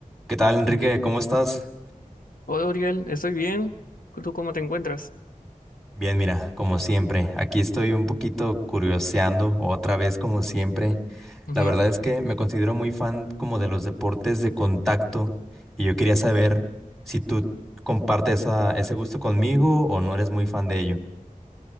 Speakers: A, in the centre; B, on the left.
A: ¿Qué tal, Enrique? ¿Cómo estás?
B: Hola, Uriel, estoy bien. ¿Tú cómo te encuentras?
A: Bien, mira, como siempre, aquí estoy un poquito curioseando otra vez, como siempre.
B: Ujú.
A: La verdad es que me considero muy fan como de los deportes de contacto y yo quería saber si tú compartes esa- ese gusto conmigo o no eres muy fan de ello.